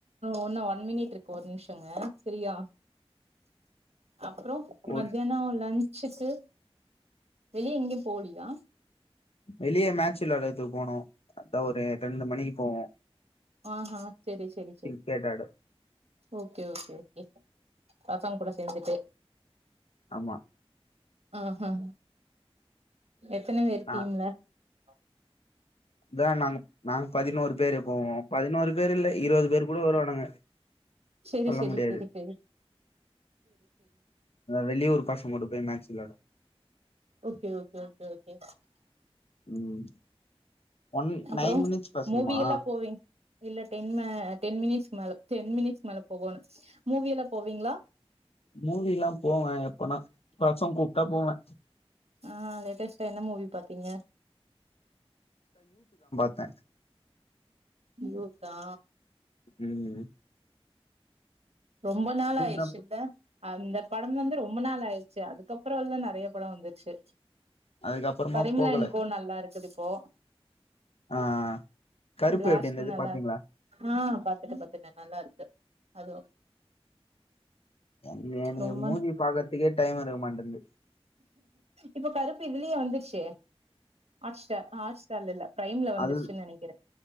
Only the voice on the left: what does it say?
ஒரு
வெளிய மேட்ச் விளாடத்க்கு போனு அதா ஒரு ரெண்டு மணிக்கு போவோ
கிரிக்கெட் ஆட
மா
நா
அதா நாங்க நாங்க பதினோரு பேரு போவோ பதினோரு பேர் இல்ல இருவது பேரு கூட வருவானுங்க
சொல்ல
முடியாது வெளியூரு பசங்கூட போய் மேட்ச் விளாட
ம் ஒன்
நைன் மினிட்ஸ் பசங்கமா
மூவிலா போவே எப்பனா பசங்க் கூப்ட்டா போவே
அ
ம்
யூத்
தா
அதுக்கப்புறமா
போகல
ஆ கருப்பு
எப்டி இருந்தது
பாத்தீங்களா
எனக்கு எனக்கு
மூவி பாக்கறதுக்கே டைம் இருக்க மாட்டேன்து
அது